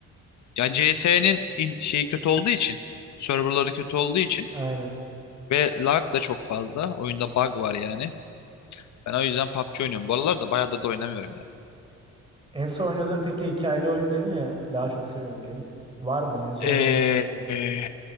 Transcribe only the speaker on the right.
Aynen.
En son oynadığın peki hikayeli oyun dedin ya daha çok seviyorum diye. Var mı en son
oynadığın neydi?